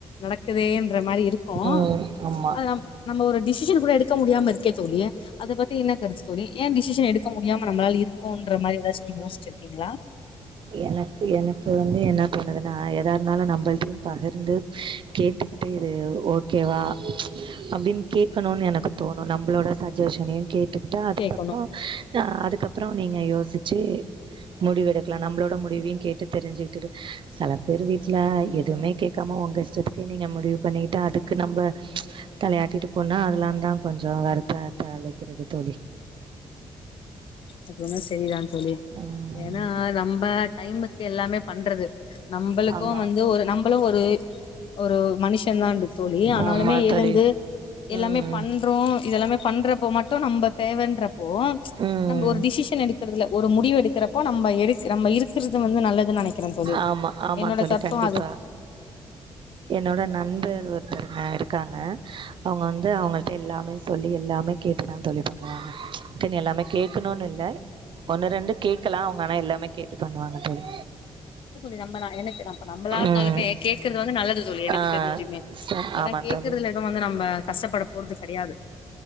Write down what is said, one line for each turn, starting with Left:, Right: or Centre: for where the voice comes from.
Left: நடக்குதேன்ற மாரி இருக் கோ
Right: ம் ஆமா
Left: அது நம் நம்ம ஒரு டிசிஷன் கூட எடுக்க முடியாம இருக்கே தோழி அத பத்தி இன்ன கருத்துதோழி ஏன் டிசிஷன் எடுக்க முடியாம நம்மளால் இருக்கு கோன்ற மாரி ஏதாச்சு நீங்க யோசிச்சிருக்கீங்களா
Right: எனக்கு எனக்கு வந்து என்ன பண்ணுதுன்னா எதா இருந்தாலு நம்மள்டையு பகிர்ந்து கேட்டு இப்ப இது ஓகேவா அப்டின்னு கேட்கணுனு எனக்கு தோணு நம்மளோட சஜஷனையு கே ட்டுகிட்டு அதுக்கப்பறோ
Left: கேட்கணும்
Right: அதுக்கப்பறோ நீங்க யோசிச்சு முடிவு எடுக் கிலா நம்மளோட முடிவையு கேட்டு தெரிசிட்ட்டு செல பேர் வீட்ல எதுமே கேட்காம உங்க இஷ்டத்துக்கே நீங்க முடிவு பண்ணிட்டா அதுக்கு நம்ம தலையாட்டிட்டு போனா அதெலா தா கொஞ்சோ வருத்த த அழைக்கிறது தோழி
Left: அதுவேன செரிதா தோழி
Right: ம்
Left: ஏனா நம்ம டைமுக்கு எல்லாமே பண்றது நம்மளுக்கு
Right: ஆமா
Left: வந்து ஒரு நம்மளு ஒரு ஒரு மனுஷன் தா அண்டு தோழி ஆனாலுமே
Right: ஆமா தோழி
Left: எழுந்து எல்லாமே
Right: ம்
Left: பண்றோ இத எல்லாமே பண்றப்போ மட்டு நம்ம தேவையின்றப்போ
Right: ம்
Left: ஒரு டிசிஷன் எடுக்கறதுல ஒரு முடிவு எடுக்கிறப்போ நம்ம எடு நம்ம இருக் கிறது வந்து நல்லதுனு நெனைக்கிறே தோழி
Right: ஆமா ஆமா
Left: என்னோட
Right: தோழி
Left: சட்டோ
Right: கண்டிப்பா
Left: அது
Right: என்னோட நண்பர் ஒருத்தருங்க இருக்காங்க அவுங்க வந்து அவுங்கள்ட்ட எல்லாம சொல்லி எல்லாமே கேட்டுதா தோழி பண்ணுவாங்க அதுக்குனு எல்லாமே கேக்கணுனு இல்ல ஒன்னு ரெண்டு கேக்கலா அவுங்க எல்லாமே கேட்டு பண்ணுவாங்க தோழி
Left: இல்ல தோழி நம்ம நா என்னக்கு இப்ப நம்பளா இருந்தாலுமே
Right: ம்
Left: கேக்குறது வந்து நல்லது தோழி எனக்கு
Right: ஆ
Left: தெரிஞ்சுமே
Right: ச
Left: ஏன்னா
Right: ஆமா
Left: கேக்குறதுல
Right: தோழி
Left: எதும் வந்து நம்ம கஷ்டப்பட போறது கடையாது